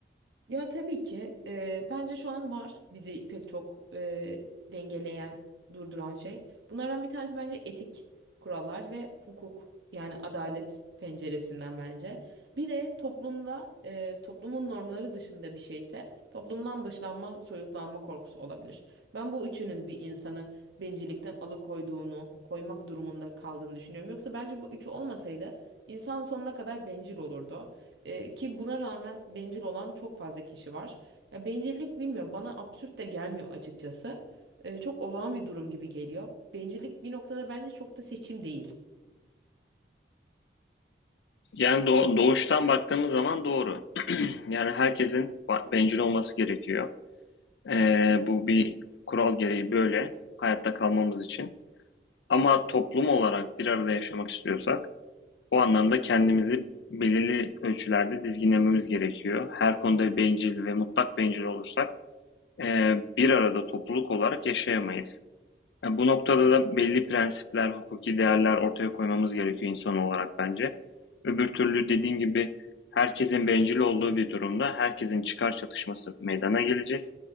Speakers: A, on the right; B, on the left.
A: Ya tabii ki eee, bence şu an var bizi pek çok eee, dengeleyen, durduran şey. Bunlardan bir tanesi bence etik kurallar ve hukuk yani adalet penceresinden bence. Bir de toplumda eee, toplumun normları dışında bir şeyse toplumdan dışlanma, soyutlanma korkusu olabilir. Ben bu üçünün bir insanı bencillikten alıkoyduğunu, koymak durumunda kaldığını düşünüyorum. Yoksa bence bu üçü olmasaydı insan sonuna kadar bencil olurdu. E, ki buna rağmen bencil olan çok fazla kişi var. Ya bencillik bilmiyorum bana absürt de gelmiyor açıkçası. E, çok olağan bir durum gibi geliyor. Bencillik bir noktada bence çok da seçim değil.
B: Yani doğ- doğuştan baktığımız zaman doğru. <clears throat> Yani herkesin ba- bencil olması gerekiyor. Ee, bu bir kural gereği böyle hayatta kalmamız için. Ama toplum olarak bir arada yaşamak istiyorsak bu anlamda kendimizi belirli ölçülerde dizginlememiz gerekiyor. Her konuda bencil ve mutlak bencil olursak e, bir arada topluluk olarak yaşayamayız. Ya bu noktada da belli prensipler, hukuki değerler ortaya koymamız gerekiyor insan olarak bence. Öbür türlü dediğim gibi herkesin bencil olduğu bir durumda herkesin çıkar çatışması meydana gelecek.